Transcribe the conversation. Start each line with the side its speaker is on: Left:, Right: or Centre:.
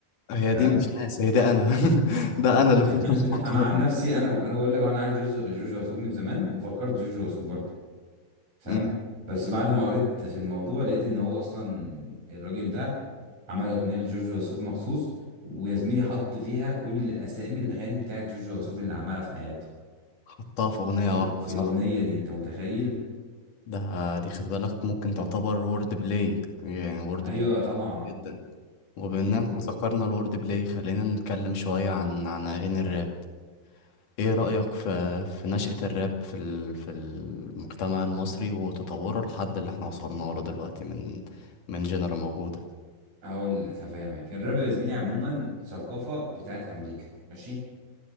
Left: هي
Right: فاهم
Left: دي مش ناس هي ده انا <laughs> ده انا
Right: <laughs>
Left: اللي كنت مفكره
Right: انا عن نفسي انا انا بقول لك انا عارف جورج جورج وسوف من زمان وفكرت جورج وسوف برضه فاهم
Left: مم.
Right: بس بعد ما قريت في الموضوع لقيت ان هو اصلا الراجل ده عمل اغنيه لجورج وسوف مخصوص ويا زميلي حط فيها كل اسامي الاغاني بتاعت جورج وسوف اللي عملها في حياته
Left: حطها في اغنية
Right: في,
Left: واحدة
Right: في
Left: صح
Right: الاغنيه دي انت متخيل
Left: ده دي خد بالك ممكن تعتبر وورد بلاي يعني وورد
Right: ايوه
Left: بلاي
Right: طبعا
Left: جدا وبما
Right: امم
Left: ان احنا ذكرنا الوورد بلاي خلينا نتكلم شوية عن عن اغاني الراب ايه رأيك في في نشأة الراب في ال... في المجتمع المصري وتطوره لحد اللي احنا وصلنا له دلوقتي من من جنرا موجودة
Right: هقول لك هفهمك الراب يا زميلي عموما ثقافة بتاعت أمريكا ماشي